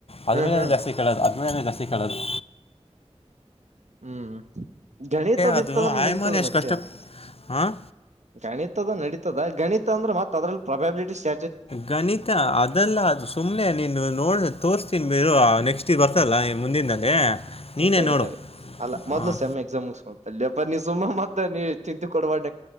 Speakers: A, on the left; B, on the right.
A: ಹದಿನೈದನೇ
B: ಹ್ಮ್ ಹ್ಮ್
A: ಜಾಸ್ತಿ ಕೆಳದು ಹದಿನೈದನೇ ಜಾಸ್ತಿ ಕೆಳದು
B: ಹ್ಮ್ ಗಣೀತದ
A: ಅದು
B: ಇತ್ತಂದ್ರೆ
A: ಆಯಮಾನ
B: ನಡೀತದ
A: ಎಷ್ಟು
B: ಮಚಿ
A: ಕಷ್ಟ ಹಾಂ
B: ಗಣಿತದು ನಡೀತದ ಗಣಿತ ಅಂದ್ರೆ ಮತ್ತತ್ ಅದ್ರಲ್ಲಿ ಪ್ರಾಬೆಬಿಲಿಟಿ ಸ್ಟ
A: ಗಣಿತ ಅದೆಲ್ಲ ಅದು ಸುಮ್ನೆ ನೀನು ನೋಡ್ ತೋರ್ಸ್ತೀನ್ ಇರು ನೆಕ್ಸ್ಟ್ ಬರ್ತಲ್ಲ ಮುಂದಿನಲ್ಲಿ ನೀನೇ
B: ತಡಿ
A: ನೋಡು
B: ತಡಿ ಅಲ್ಲ ಮೊದ್ಲು
A: ಹಾಂ
B: ಸಮ್ ಎಕ್ಸಾಮ್ ಮುಗಸ್ಕೊಪ್ಪ ನೀವು ಸುಮ್ಮ ಮತ್ತೆ ನೀವು ಚಿಂತಿ ಕೊಡಬ್ಯಾಡ